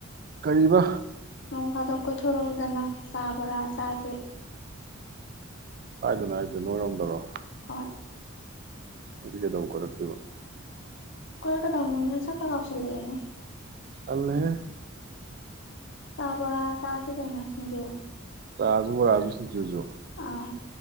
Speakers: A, on the right; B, on the left.
A: ꯀꯔꯤꯕ
B: ꯅꯣꯡ ꯐꯥꯗꯣꯛ ꯀꯣꯏꯊꯣꯔꯛꯎꯗꯅ ꯆꯥ ꯕꯣꯔꯥ ꯆꯥꯁꯦ
A: ꯀꯥꯢꯗꯅꯣ ꯍꯥꯏꯁꯦ ꯅꯣꯏꯔꯣꯝꯗꯔꯣ
B: ꯍꯣꯢ
A: ꯑꯩꯗꯤ ꯀꯩꯗꯧ ꯀꯔꯛꯇꯣꯏꯕ
B: ꯀꯣꯏꯔꯛꯀꯗꯧꯅꯤꯅꯦ ꯁꯛꯀ ꯀꯥꯎꯁꯜꯂꯛꯑꯦꯅꯦ
A: ꯇꯜꯂꯦꯍꯦ
B: ꯆꯥ ꯕꯣꯔꯥ ꯆꯥꯁꯤ ꯀꯩꯅꯣ ꯁꯤꯡꯖꯨ
A: ꯆꯥꯁꯨ ꯕꯣꯔꯥꯁꯨ ꯁꯤꯡꯖꯨꯁꯨ
B: ꯑꯥ